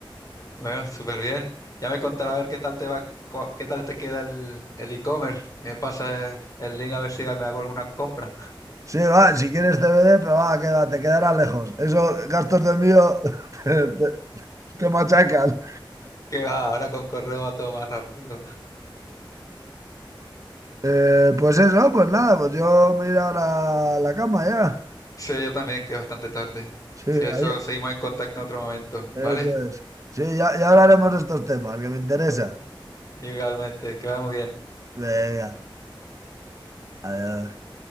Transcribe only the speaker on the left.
Bueno, súper bien. Ya me contará a ver qué tal te va, co- qué tal te queda el, el e-commerce. Y me pasa el link a ver si me hago alguna compra. <laughs>
Que va, ahora con correo va todo más rápido.
Sí, yo también, que es bastante tarde.
Si
eso, seguimos en contacto en otro momento,
¿vale?
Igualmente, que va muy bien.